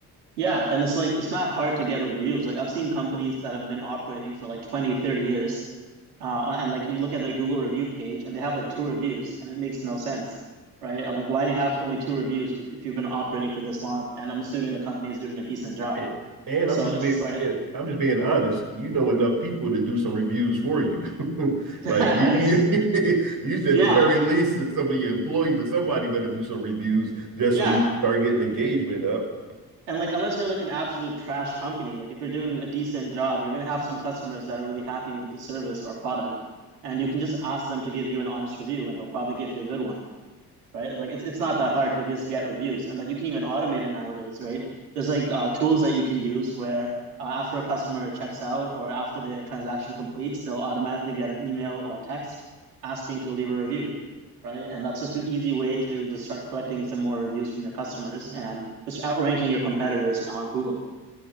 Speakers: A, on the right (about 80°); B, on the right (about 50°).
A: Yeah, and it's like it's not hard to get reviews. Like I've seen companies that have been operating for like 20, 30 years, uh, and like you look at their Google review page and they have like two reviews and it makes no sense, right? I'm like, why do you have only two reviews if, if you've been operating for this long? And I'm assuming the company is doing a decent job.
B: and, and
A: So
B: I'm just
A: it's
B: being
A: like,
B: I'm just being honest. You know enough people to do some reviews for you. <laughs>
A: <laughs>
B: like you,
A: ex-
B: you, <laughs> you said,
A: yeah,
B: the very least, some of your employees or somebody better do some reviews just
A: yeah.
B: so you can start getting engagement up.
A: And like unless you're like an absolute trash company, like if you're doing a decent job, you're gonna have some customers that are really happy with the service or product, and you can just ask them to give you an honest review and they'll probably give you a good one. right? Like it's it's not that hard to just get reviews, and like you can even automate it nowadays, right? There's like uh, tools that you can use where uh, after a customer checks out or after their transaction completes, they'll automatically get an email or a text asking to leave a review, right? And that's just an easy way to just start collecting some more reviews from your customers and just outranking your competitors on Google.